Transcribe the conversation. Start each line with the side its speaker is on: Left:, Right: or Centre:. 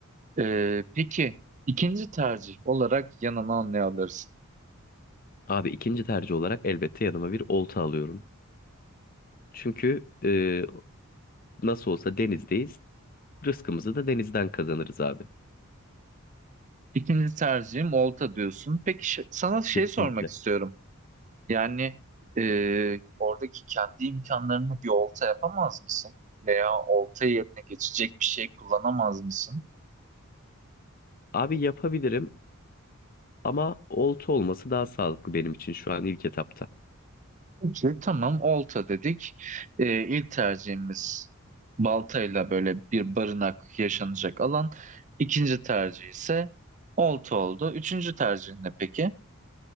Right: Ee, peki ikinci tercih olarak yanına ne alırsın?
Left: Abi ikinci tercih olarak elbette yanıma bir olta alıyorum. Çünkü e, nasıl olsa denizdeyiz. Rızkımızı da denizden kazanırız abi.
Right: İkinci tercihim olta diyorsun. Peki ş- sana şey
Left: Kesinlikle.
Right: sormak istiyorum. Yani e, oradaki kendi imkanlarını bir olta yapamaz mısın? Veya olta yerine geçecek bir şey kullanamaz mısın?
Left: Abi yapabilirim ama olta olması daha sağlıklı benim için şu an ilk etapta.
Right: Peki. Tamam olta dedik. E, ilk tercihimiz baltayla böyle bir barınak yaşanacak alan. İkinci tercih ise olta oldu. Üçüncü tercih ne peki?